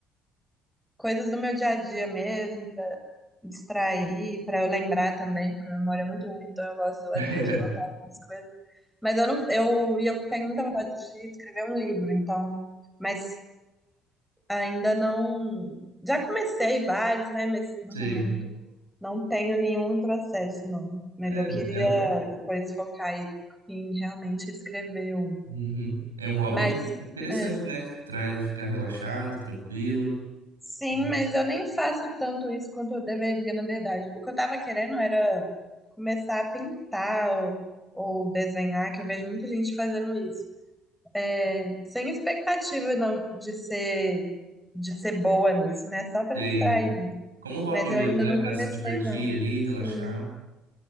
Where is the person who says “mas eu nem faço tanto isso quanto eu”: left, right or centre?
Centre